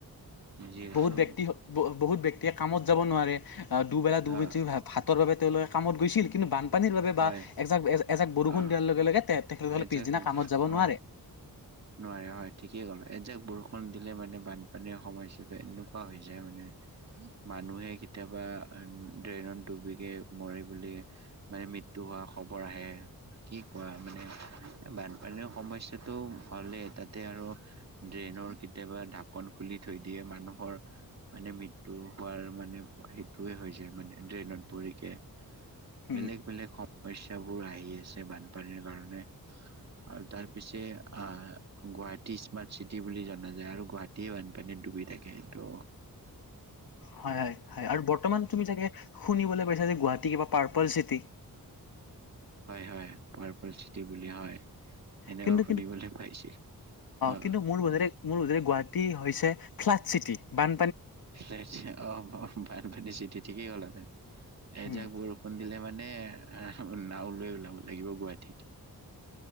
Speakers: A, on the right; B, on the left.
A: যিহেতু
B: বহুত ব্যক্তিসত বহুত ব্যক্তিয়ে কামত যাব নোৱাৰে অ দুবেলা দুমুধি
A: অ
B: ভাতৰ বাবে তেওঁলোকে কামত গৈছিল কিন্তু বান পানীৰ বাবে
A: হয়
B: বা এজাক এজাক বৰষুণ
A: অ
B: দিয়াৰ লগে লগে তেখেতসকলে
A: এজাক
B: পিছদিনা কামত যাব নোৱাৰে।
A: অ নোৱাৰে হয় ঠিকেই কম এই যে বৰষুণ দিলে মানে বানপানীৰ সমস্যা তাতে এনেকুৱা হৈ যায় মানে মানুহে কেতিয়াবা ড্ৰেইনত ডুবি গে মৰে বুলি মানে মৃত্যু হোৱা খবৰ আহে। কি কোৱা মানে বানপানীৰ সমস্যাটো হ'লে তাতে আৰু ড্ৰেইনৰ কেতিয়াবা ঢাকন খুলি থৈ দিয়ে মানুহৰ মানে মৃত্যু হোৱাৰ মানে সেইটোৱে হৈছে মানে ড্ৰেইনত পৰিকে
B: উম
A: বেলেগ বেলেগ সমস্যাবোৰ আহি আছে বান্ধ পানীৰ কাৰণে আৰু তাৰপিছে অ গুৱাহাটী স্মাৰ্ট চিটি বুলি জনা যায় আৰু গুৱাহাটীয়ে বানপানীত ডুবি থাকে তো
B: হয় হয় হয় আৰু বৰ্তমান তুমি চাগে শুনিবলৈ পাইছা যে গুৱাহাটী কিবা পাৰ্পল চিটি।
A: হয় হয় পাৰপল চিট এতি বুলিয়া হয় সেনেকা
B: কিন্তু
A: শুনিবলৈ
B: কিন্তু
A: পাইছিল, অ।
B: কিন্তু মোৰ বোধেৰে মোৰ মতে গুৱাহাটী হৈছে ফ্লাট চিটি বান
A: চেচে অ বানপানী চিটি ঠিকেই হলহেতেন এজাক
B: উম,
A: বৰষুণ দিলে মানে মানে নাওলৈ ওলাব লাগিব গুৱাহাটীত।